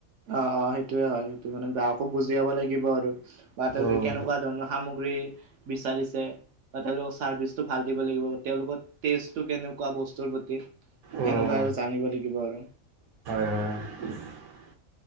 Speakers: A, on the right (about 65°); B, on the right (about 85°).
A: অ অ সেইটোয়ে হয় সেইটো মানে গৱকো বুজিয়াব লাগিব আৰু বা তেওঁলোকে
B: উম,
A: কেনেকুৱা ধৰণৰ সামগ্ৰী বিচাৰিছে বা তেওঁলোকৰ চাৰ্ভিচটো ভাল দিব লাগিব তেওঁলোকৰ েষ্ট কেনেকুৱা বস্তুৰ প্ৰতি সেনেকুৱা
B: উম,
A: আৰু জানিব লাগিব আৰু
B: আ